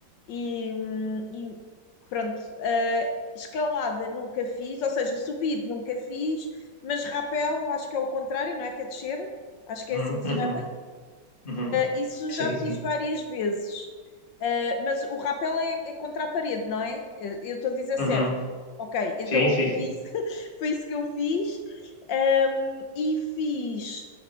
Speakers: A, on the left; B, on the left.
A: e, hum, e pronto. ah, escalada nunca fiz, ou seja, subir nunca fiz, mas rapel acho que é o contrário, não é? Que é descer, acho que
B: uhum,
A: é assim que
B: uhum,
A: se chama.
B: uhum.
A: Isso
B: Sim,
A: já fiz
B: sim.
A: várias vezes. Uh, mas o rapel é, é contra a parede, não é? Uh, Eu estou a dizer certo.
B: Uhum.
A: Ok, então
B: Sim, sim, sim.
A: foi isso, que- <laughs> foi isso que eu fiz. Um, e fiz